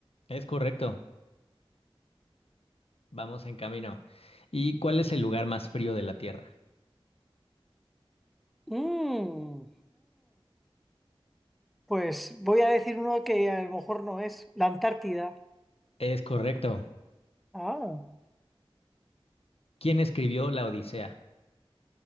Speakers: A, on the left; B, in the centre.
A: Es correcto, vamos en camino. ¿Y cuál es el lugar más frío de la Tierra?
B: Mmm, Pues voy a decir uno que a lo mejor no es, la Antártida.
A: Es correcto.
B: Ah,
A: ¿Quién escribió la Odisea?